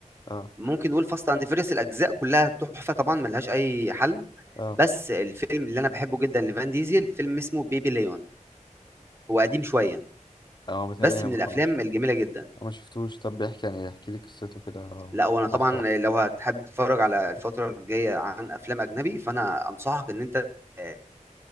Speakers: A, on the left (about 35°); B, on the right (about 20°).
A: اه
B: ممكن نقول فاست اند فيريس الاجزاء كلها تحفه طبعا ملهاش اي حل
A: اه
B: بس الفيلم اللي انا بحبه جدا لفان ديزل فيلم اسمه بيبي ليون هو قديم شويه
A: اه متهيألي
B: بس
A: أنا
B: من
A: ما
B: الافلام
A: مش...
B: الجميله جدا
A: ما شفتوش طب بيحكي يعني احكي لي قصته كده
B: لا وانا طبعا
A: واحدة واحدة
B: لو هتحب تتفرج على الفتره الجايه عن افلام اجنبي فانا انصحك ان انت آه،